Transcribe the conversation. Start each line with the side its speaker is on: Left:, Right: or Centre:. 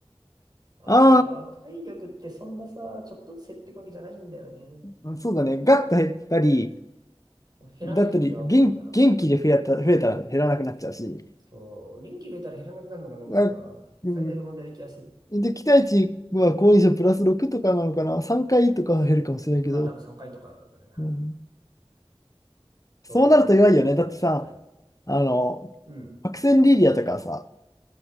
Right: あのさ、
Left: あ
Right: 体力ってそんなさ、ちょっとずつ減っていくわけじゃないんだよね。
Left: あ、そうだね。ガッと減ったり、
Right: 減らない時が多いから。
Left: だったり、元、元気で増えた、増えたら減らなくなっちゃうし、
Right: そう、元気入れたら減らなくなるのがなんかさ、
Left: あうん
Right: 最大の問題で気がする。
Left: で、期待値は好印象プラス6とかなのかな ?3 回とかは減るかもしれないけど、
Right: まあ多分3回とかだね。
Left: うん、そうなると弱いよね。
Right: と動と、あと1、
Left: だってさ、
Right: 2回。
Left: あの、
Right: うん。
Left: 白線リリアとかさ、